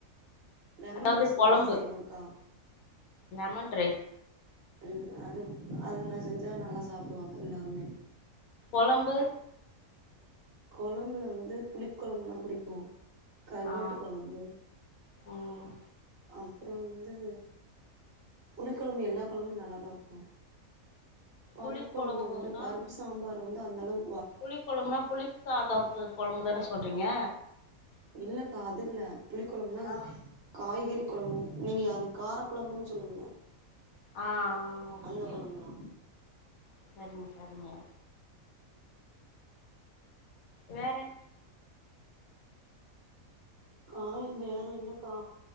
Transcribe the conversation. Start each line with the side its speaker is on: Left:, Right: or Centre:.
Right: லெமன்
Left: அதாவது
Right: ரைஸ்
Left: கொழம்பு
Right: நல்லா செய்வேங்கா
Left: லெமன் ரைஸ்
Right: உம் அது அது நா செஞ்சா நல்லா சாப்டுவாங்க எல்லாருமே
Left: கொழம்பு
Right: கொழம்புல வந்து புளிக் கொழம்புனா புடிக்கும் கருவாட்டு
Left: ஆ
Right: கொழம்பு
Left: ம்
Right: அப்றோ வந்து புளி கொழம்பு எல்லா கொழம்ப்மே நல்லாதா வெப்பேன் பருப்பு
Left: புளி
Right: கொழம்பு
Left: கொழம்புன்னா
Right: வந்து பருப்பு சாம்பாரு வந் து அந்தளவு
Left: புளி கொழம்புனா புளி சாதத்து கொழம்புதான சொல்றீங்க
Right: இல்லக்கா அது இல்ல புளிக்கொழம்புனா
Left: ஆ
Right: காய்கெறி கொழம்பும் நீங்க அது கார கொழம்புன்னு சொல்லுவீங்க
Left: ஆஹ் ஓகே
Right: அந்த கொழம்புதா
Left: ஓ சரிங்க சரிங்க வேற
Right: காய் வேற என்னக்கா